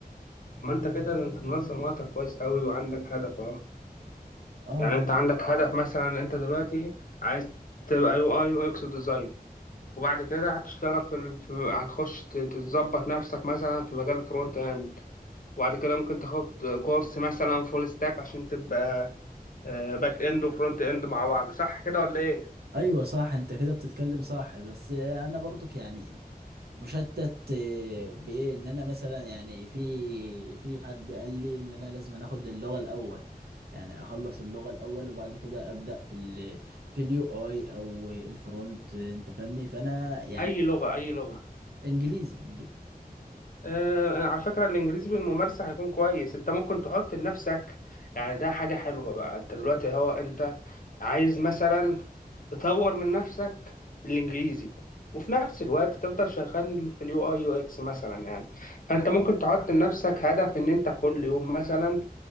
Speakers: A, on the left (about 60°); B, on the right (about 80°).
A: ما انت كده انت منظم وقتك كويس قوي وعندك هدف اهو
B: اه
A: يعني انت عندك هدف مثلا انت دلوقتي عايز تبقى يو اي يو اكس ديزاين وبعد كده هتشتغل في, ال... في هتخش ت- تظبط نفسك مثلا في مجال الفرونت اند وبعد كده ممكن تاخد كورس مثلا فول ستاك عشان تبقى باك اند وفرونت اند مع بعض صح كده ولا ايه
B: ايوه صح انت كده بتتكلم صح بس انا برضك يعني مشتت آه، بايه ان انا مثلا يعني في في حد قال لي ان انا لازم اخد اللغه الاول يعني اخلص اللغه الاول وبعد كده ابدا في ال في اليو اي او الفرونت آه، انت فاهمني فانا يعني
A: اي لغة اي لغة
B: انجليزي انجليزي
A: آه، على فكرة الإنجليزي بالممارسة هيكون كويس أنت ممكن تحط لنفسك يعني ده حاجة حلوة بقى أنت دلوقتي هو أنت عايز مثلا تطور من نفسك الإنجليزي وفي نفس الوقت تفضل شغال في اليو أي يو إكس مثلا يعني فأنت ممكن تحط لنفسك هدف إن أنت كل يوم مثلا